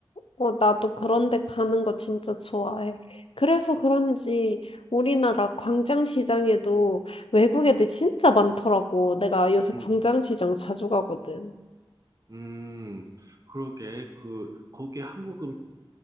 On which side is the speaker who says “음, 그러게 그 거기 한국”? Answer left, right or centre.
Right